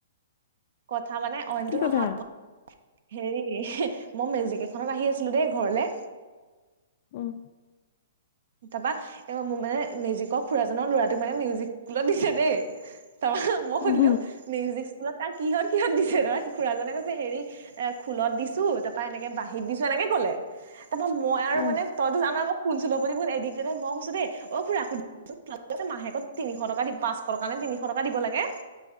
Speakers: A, on the right; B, on the left.
A: কথা মানে অইনটো
B: কি
A: নহয়
B: কথা?
A: হেৰি মই মেজিক এখনত আহি আছিলোঁ দেই ঘৰলে।
B: উম
A: তাৰপৰা। এইবাৰ মোৰ মানে মেজিকৰ খুৰাজনৰ ল'ৰাটোক মানে মিউজিক স্কুলত দিছে দেই। তাৰ মই
B: উম,
A: সুধিলোঁ, মিউজিক স্কুলত তাক কিহত - কিহত দিছে ধৰা। সি খুৰাজনে কৈছে হেৰি এ খোলত দিছোঁ, তাৰপৰা এনেকে বাঁহীত দিছোঁ, এনেকে ক'লে। তাৰপৰা মই আৰু
B: উম,
A: মানে, তইতো জানই মই কোন স্কুলত <unintelligible> হৈ মই কৈছোঁ দেই, অ' খুৰা <unintelligible> মাহেকত তিনিশ টকা দি- পাঁচশ টকা নে তিনিশ টকা দিব লাগে?